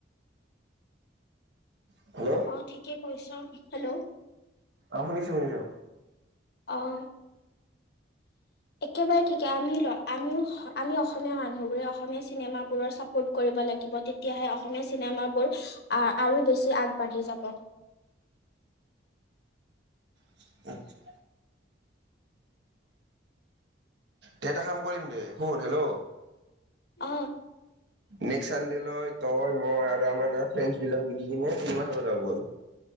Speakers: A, on the right; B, on the left.
A: হেল্ল'।
B: অঁ' ঠিকে কৈছ, হেল্ল'।
A: অঁ' শুনিছো শুনিছোঁ।
B: অঁ। একেবাৰে ঠিকে, আমিও ল' আমিও আমি অসমীয়া মানুহবোৰে অসমীয়া চিনেমাবোৰৰ ছাপৰ্ট কৰিব লাগিব। তেতিয়াহে অসমীয়া চিনেমাবোৰ আ আৰু বেছি আগবাঢ়ি যাব।
A: <unintelligible> দে এটা কাম কৰিম দে শুন, হেল্ল'।
B: অঁ।
A: নেক্স চানডে লৈ তই, মই আৰু আমাৰ ফ্ৰেণ্ডছ বিলাক মিলি কিনে চিনেমা চাব যাওঁ বল।